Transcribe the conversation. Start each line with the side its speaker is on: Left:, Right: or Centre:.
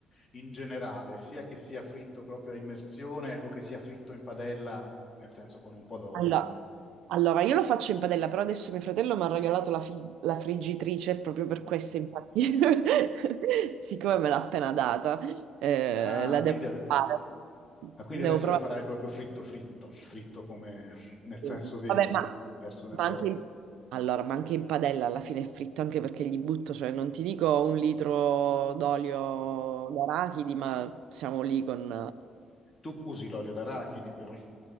Left: in generale, sia che sia fritto proprio a immersione o che sia fritto in padella, nel senso con un po' d'olio.
Right: Allora, allora, io lo faccio in padella, però adesso mio fratello mi ha regalato la, fi- la friggitrice proprio per
Left: Mm.
Right: questo, infatti, <laughs> siccome me l'ha appena data, eh,
Left: Ah,
Right: la
Left: quindi,
Right: devo
Left: ade-
Right: provare.
Left: ah, quindi
Right: Devo
Left: adesso
Right: provare.
Left: lo farai proprio fritto fritto, fritto come nel
Right: Sì.
Left: senso vero,
Right: Vabbè, ma,
Left: immerso nell'olio.
Right: ma anche in... Allora, ma anche in padella alla fine è fritto anche perché gli butto, cioè non ti dico un litro d'olio d'arachidi, ma siamo lì con...
Left: Tu usi l'olio d'arachidi però,